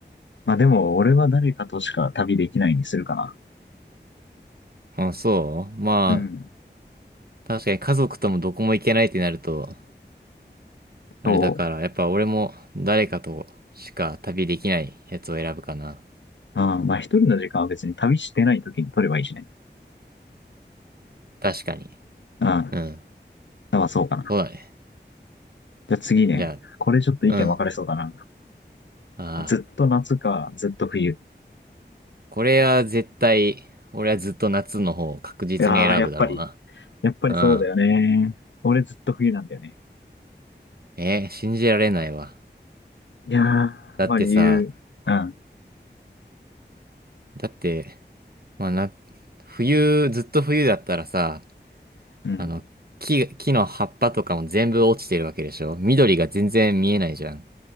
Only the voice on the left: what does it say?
まあでも、俺は誰かとしか旅できないにするかな。
うん。
そう。
うん。まあ一人の時間は別に旅してない時に取ればいいしね。
うん。ま
あそうかな。
じゃあ次ね。
これちょっと意見分かれそうだな。
ずっと夏か、ずっと冬。
いやー、やっぱり、やっぱりそうだよね。
俺ずっと冬なんだよね。
いや
ー、まあ理由。うん。
うん。